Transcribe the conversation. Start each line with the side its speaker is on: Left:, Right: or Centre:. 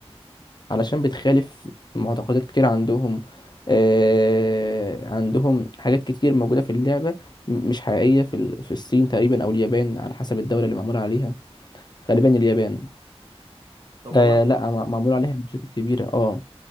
Left: علشان بتخالف معتقدات كتير عندهم آه عندهم حاجات كتير موجوده في اللعبه م- مش حقيقيه في ال- في الصين تقريبا او اليابان على حسب الدوله اللي معمول عليها غالبا اليابان
Right: طب والله
Left: آه
Right: محترم
Left: لا مع- معمول عليها مشاكل كبيره اه